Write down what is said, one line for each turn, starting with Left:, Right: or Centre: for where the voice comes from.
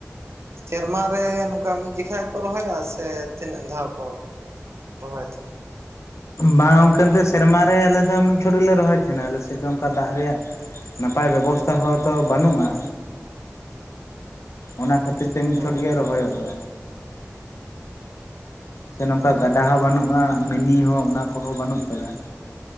Right: ᱥᱮᱨᱢᱟ ᱨᱮ ᱱᱚᱝᱠᱟ ᱢᱤᱫ ᱡᱮᱠᱷᱟ ᱠᱚ ᱨᱚᱦᱚᱭᱟ ᱥᱮ ᱛᱤᱱᱟᱹᱜ ᱫᱷᱟᱣ ᱠᱚ ᱨᱚᱦᱚᱭ ᱛᱮ?
Left: ᱵᱟᱝ ᱜᱚᱢᱠᱮ ᱥᱮᱨᱢᱟ ᱨᱮ ᱟᱞᱮ ᱫᱚ ᱢᱤᱫ ᱪᱷᱚᱴ ᱜᱮᱞᱮ ᱨᱚᱦᱚᱭ ᱛᱟᱦᱮᱸᱱᱟ, ‌ ᱟᱞᱮ ᱥᱮᱫ ᱫᱚ ᱚᱱᱠᱟ ᱫᱟᱜ ᱨᱮᱭᱟᱜ ᱱᱟᱯᱟᱭ ᱵᱮᱵᱚᱥᱛᱷᱟ ᱦᱚᱛᱚ ᱵᱟᱹᱱᱩᱜᱼᱟ᱾
Right: <inaudible>
Left: ᱚᱱᱟ ᱠᱷᱟᱹᱛᱤᱨ ᱛᱮ ᱢᱤᱫ
Right: ᱦᱳᱭ
Left: ᱪᱷᱚᱴ ᱜᱮ ᱨᱚᱦᱚᱭᱚᱜ-ᱟ᱾
Right: <inaudible>
Left: ᱥᱮ ᱱᱚᱝᱠᱟ ᱜᱟᱰᱟ ᱦᱚᱸ ᱵᱟᱹᱱᱩᱜᱼᱟ ᱢᱤᱱᱤ ᱦᱚᱸ ᱚᱱᱟ ᱠᱚᱦᱚᱸ ᱵᱟᱹᱱᱩᱜ ᱠᱟᱫᱟ᱾